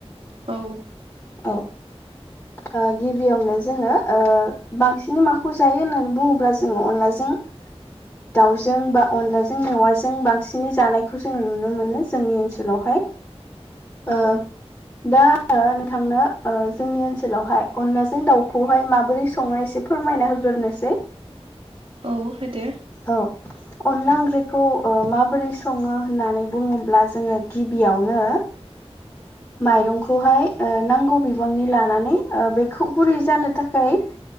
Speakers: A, on the right; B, on the left.
A: औ।
B: औ आ गिबियावनो जोङो ओ बांसिनै माखौ जायो होननानै बुङोब्ला जोंङो अनलाजों दाउजों बा अनलाजों मेवाजों बांसिनै जानायखौ जोङो नुनो मोनो जोंनि ओनसोलावहाय। ओ
A: औ
B: दा आङो नों थांनो ओ जोंनि ओनसोलावहाय अनलाजों दाउखौहाय माबोरै सङो एसे फोरमायना होगोरनोसै।
A: औ होदो।
B: औ। अनला ओंख्रिखौ माबोरै सङो होननानै बुङोब्ला जोङो गिबियावनो माइरंखौहाय नांगौ बिबांनि लानानै बेखौ गुरै जानो थाख खाय